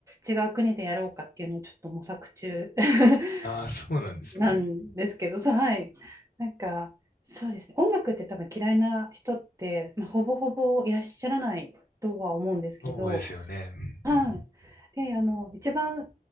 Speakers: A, on the right; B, on the left.
A: 違う国でやろうかっていうのをちょっと模索中 <laughs>
B: ああ、そうなんですね。
A: なんですけど、はい。なんか、そうですね。音楽って多分嫌いな人って、まあ、ほぼほぼいらっしゃらないとは思うんですけど、
B: そうですよね。うん。
A: はい。で、あの、一番